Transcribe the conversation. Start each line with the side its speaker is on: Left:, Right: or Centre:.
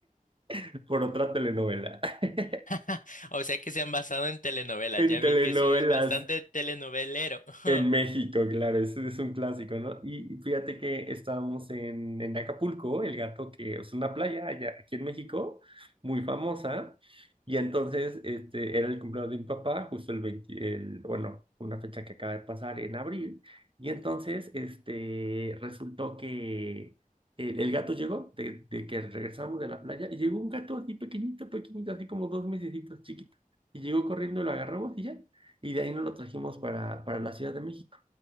Right: <laughs> por otra telenovela. <laughs>
Left: <laughs> O sea que se han basado en telenovelas.
Right: En
Left: Ya
Right: telenovelas.
Left: vi que sos bastante telenovelero. <laughs>
Right: En México, claro, ese es un clásico, ¿no? Y fíjate que estábamos en, en Acapulco, el gato que es una playa allá aquí en México, muy famosa, y entonces este, era el cumpleaños de mi papá, justo el 20, el, bueno, una fecha que acaba de pasar en abril, y entonces este, resultó que el, el gato llegó, de, de que regresamos de la playa, y llegó un gato así pequeñito, pequeñito, así como dos mesecitos, chiquito, y llegó corriendo, lo agarramos y ya y de ahí nos lo trajimos para, para la Ciudad de México.